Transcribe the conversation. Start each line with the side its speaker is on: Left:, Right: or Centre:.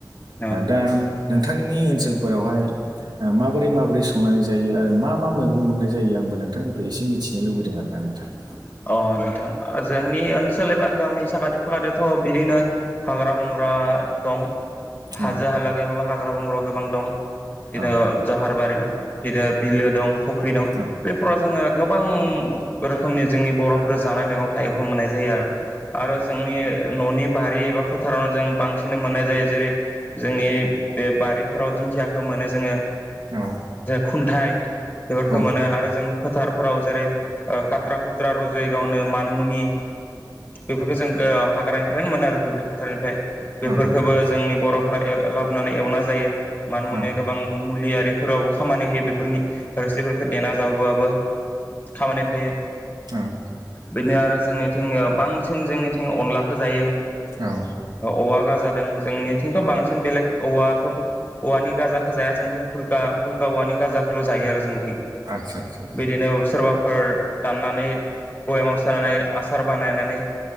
Left: औ
Right: दा नोंथांनि ओनसोलफोरावहाय माबोरै माबोरै संनानै जायो आरो मा मा मैगं मोननाय जायो आंबो नोंथांनिफ्राय एसे मिथिनो लुबैदों आरोना? नोंथां ।
Left: अ नोंथां जोंनि ओनसोल एबा गामि साखाथि फाखाथियाव थ' बिदिनो हाग्रा बंग्रा दं हाजो
Right: औ
Left: हाला गैयाबाबो हा हाग्रा बंग्रा गोबां दं बिदिनो
Right: औ
Left: जाहारबारि दं बिदिनो बिलो दं। फख्रि दं
Right: औ
Left: बेफोराव जोङो गोबां रोखोमनि जोंनि बर'फोर जानाय मैगं थाइगंखौ मोननाय जायो आरो आरो जोंनि न'नि बारि एबा फोथाराव जों बांसिन मोननाय जायो जेरै जोंनि बे बारिफोराव दिंखियाखौ मोनो जोङो।
Right: औ
Left: खुन्थाइ बेफोरखौ
Right: औ
Left: मोनो आरो जों फोथारफोराव जेरै खाथ्रा खुथ्रा रजयो गावनो मानमुनि बेफोरखौ जों हाग्रानिफ्रायनो मोनो आरो दुब्लि फोथारनिफ्राय बेफोरखौबो
Right: औ नोंथां
Left: जोंनि बर' फ्रा लाबोनानै एवना जायो मानमुनिया
Right: औ
Left: गोबां मुलियारिफोराव खामानि होयो बेफोरनि रोसिफोरखौ देना जाबोबाबो खामानियाव फैयो
Right: आव।
Left: बिनो आरो जोंनिथिं बांसिन जोंनिथिं अनलाखौ जायो
Right: औ
Left: औवा गाजार जोंनिथिंथ' बांसिन बेलेग औवाखौ औवानि गाजाखौ जाया जोंथिं । फुलका फुलका औवानि गाजाखौल' जायो आरो जोंं
Right: आदसा आदसा
Left: बिदिनो सोरबाफोर दाननानै बयेमाव सोनानै आसार बानायनानै